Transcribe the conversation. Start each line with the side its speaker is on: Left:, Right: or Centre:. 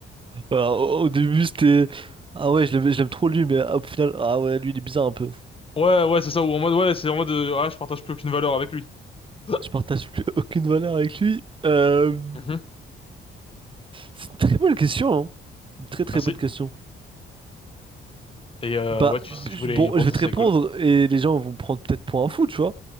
Right: Alors, au au début, c'était. Ah ouais, je l'aime je l'aime trop lui, mais ah, au final, ah ouais, lui, il est bizarre un peu.
Left: Ouais ouais c'est ça ou en mode ouais c'est en mode euh, ah je partage plus aucune valeur avec lui. <laughs>
Right: Je partage plus <laughs> aucune valeur avec lui. Euh,
Left: Mhm,
Right: C'est une très bonne question, hein. Une très très
Left: merci.
Right: bonne question.
Left: Et euh,
Right: Bah,
Left: ouais tu- si tu
Right: je-
Left: voulais
Right: bon,
Left: y reprendre
Right: je vais
Left: ça
Right: te
Left: serait
Right: répondre
Left: cool.
Right: et les gens vont me prendre peut-être pour un fou, tu vois.